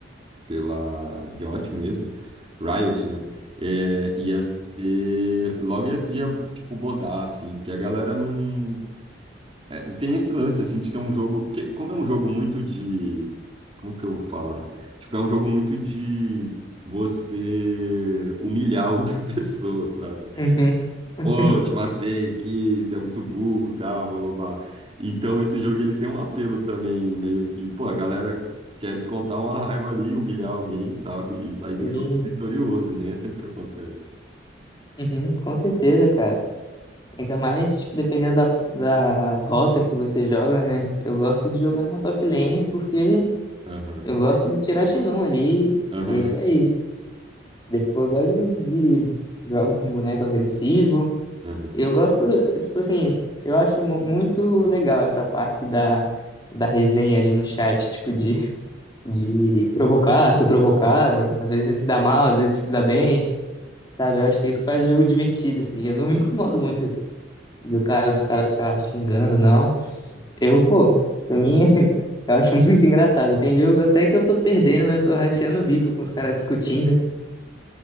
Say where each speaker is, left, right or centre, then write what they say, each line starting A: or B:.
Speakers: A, on the right (about 30°); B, on the left (about 20°).
A: pela Riot mesmo, Riot, né? É, ia ser, logo ia, ia, tipo, bodar, assim, porque a galera não, é, tem esse lance, assim, de ser um jogo. Porque, como é um jogo muito de. Como que eu vou falar? né? Tipo, é um jogo muito de você humilhar outra <laughs> pessoa, sabe?
B: Uhum. <laughs>
A: Pô, te matei aqui, você é muito burro, tal, blá, blá, blá. Então, esse jogo ele tem um apelo também, meio que. Pô, a galera quer descontar uma raiva ali, humilhar alguém, sabe? E sair do
B: Sim,
A: jogo vitorioso, e nem é sempre que acontece.
B: Uhum, com certeza, cara. Ainda mais, tipo, dependendo da, da rota que você joga, né? Eu gosto de jogar na top lane porque
A: Aham,
B: eu gosto de tirar X1 ali
A: aham,
B: e é isso aí. Depois eu gosto de, de jogo com boneco agressivo.
A: aham.
B: Eu gosto, tipo assim, eu acho mu- muito legal essa parte da, da resenha ali no chat, tipo, de, de provocar, ser provocado. Às vezes se dá mal, às vezes se dá bem, sabe? Eu acho que é isso que faz o jogo divertido, assim. Eu não me incomodo muito do cara, dos caras ficar xingando, não. Eu, pô, pra mim, <laughs> eu acho muito engraçado. Tem jogo até que eu tô perdendo, mas tô rachando o bico com os caras discutindo.